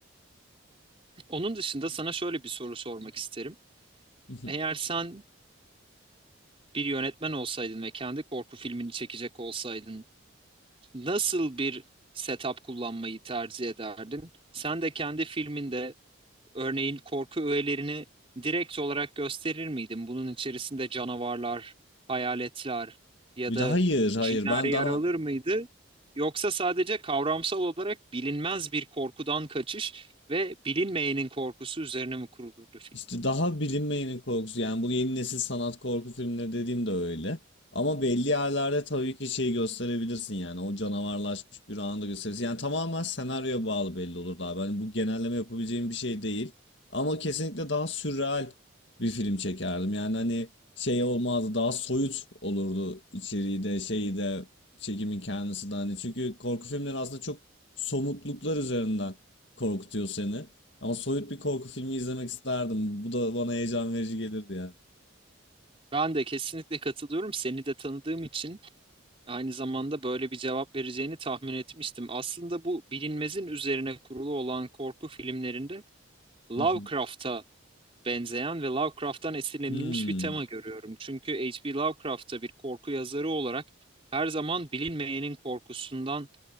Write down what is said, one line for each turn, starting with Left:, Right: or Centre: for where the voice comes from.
Right: Onun dışında sana şöyle bir soru sormak isterim.
Left: <laughs>
Right: Eğer sen bir yönetmen olsaydın ve kendi korku filmini çekecek olsaydın, nasıl bir setup kullanmayı tercih ederdin? Sen de kendi filminde örneğin korku öğelerini direkt olarak gösterir miydin? Bunun içerisinde canavarlar, hayaletler ya
Left: Bir
Right: da
Left: de hayır, hayır.
Right: cinler
Left: Ben
Right: yer
Left: daha
Right: alır mıydı? Yoksa sadece kavramsal olarak bilinmez bir korkudan kaçış ve bilinmeyenin korkusu üzerine mi kurulurdu film?
Left: İşte daha bilinmeyenin korkusu yani bu yeni nesil sanat korku filmleri dediğim de öyle. Ama belli yerlerde tabii ki şeyi gösterebilirsin yani o canavarlaşmış bir anda da gösterirsin. Yani tamamen senaryoya bağlı belli olur abi. Hani bu genelleme yapabileceğim bir şey değil. Ama kesinlikle daha sürreal bir film çekerdim. Yani hani şey olmazdı daha soyut olurdu içeriği de şeyi de çekimin kendisi de hani. Çünkü korku filmleri aslında çok somutluklar üzerinden korkutuyor seni. Ama soyut bir korku filmi izlemek isterdim. Bu da bana heyecan verici gelirdi yani.
Right: Ben de kesinlikle katılıyorum. Seni de tanıdığım için aynı zamanda böyle bir cevap vereceğini tahmin etmiştim. Aslında bu bilinmezin üzerine kurulu olan korku filmlerinde Lovecraft'a
Left: <laughs>
Right: benzeyen ve Lovecraft'tan esinlenilmiş
Left: Hmm.
Right: bir tema görüyorum. Çünkü H.P. Lovecraft'ta bir korku yazarı olarak her zaman bilinmeyenin korkusundan